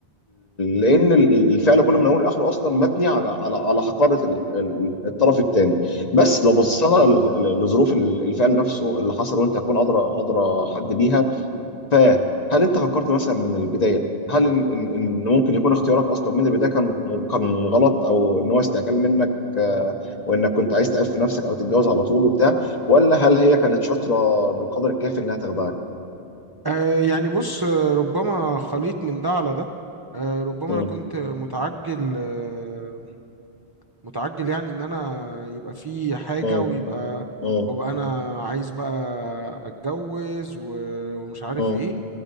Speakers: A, on the left (about 40°); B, on the right (about 30°).
A: لان الفعل كله من اول لاخره اصلا مبني على على على حقاره ال- ال- الطرف الثاني بس لو بصينا ل- لظروف الفعل نفسه اللي حصل وانت هتكون ادرى ادرى حد بيها فهل انت فكرت مثلا من البدايه هل ان ان إن ممكن يكون اختيارك اصلا من البدايه كان كان غلط او ان هو استعجال منك آه، وانك كنت عايز تعف نفسك او تتجوز على طول وبتاع ولا هل هي كانت شاطره بالقدر الكافي انها تخدعك؟
B: آه يعني بص آه، ربما خليط من ده على ده آه ربما
A: مم.
B: انا كنت متعجل آه متعجل يعني ان انا يبقى في حاجة
A: مم.
B: ويبقى
A: مم.
B: وابقى انا عايز بقى اتجوز و- ومش عارف
A: مم.
B: ايه